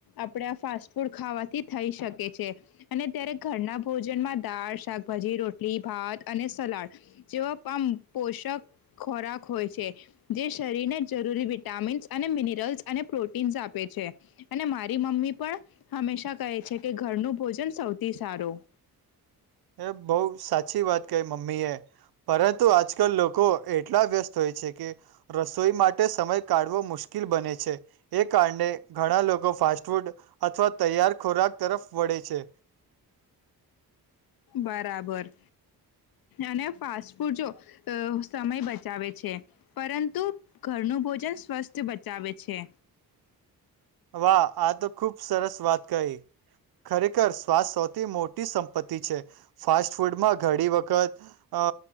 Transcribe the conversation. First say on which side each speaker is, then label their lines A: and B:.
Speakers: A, on the left; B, on the right.
A: આપડા ફાસ્ટ ફૂડ ખાવાથી થઈ શકે છે અને ત્યારે ઘરના ભોજનમાં દાળ, શાક ભજી, રોટલી, ભાત અને સલાડ. જેવા પામ પોષક ખોરાક હોય છે, જે શરીરને જરૂરી વિટામીન્સ અને મિનરલ્સ અને પ્રોટીન્સ આપે છે અને મારી મમ્મી પણ હંમેશા કહે છે કે ઘરનું ભોજન સૌથી સારું.
B: એ બઉ સાચી વાત કહે મમ્મીએ, પરંતુ આજકલ લોકો એટલા વ્યસ્ત હોય છે કે રસોઈ માટે સમય કાઢવો મુશ્કિલ બને છે, એ કારણે ઘણા લોકો ફાસ્ટફૂડ અથવા તૈયાર ખોરાક તરફ વળે છે.
A: બરાબર અને ફાસ્ટ ફૂડ જો સમય બચાવે છે, પરંતુ ઘરનું ભોજન સ્વસ્થ બચાવે છે.
B: વાહ! આ તો ખૂબ સરસ વાત કહી, ખરેખર સ્વાસ્થ સૌથી મોટી સંપત્તિ છે, ફાસ્ટ ફૂડમાં ઘડી વખત અ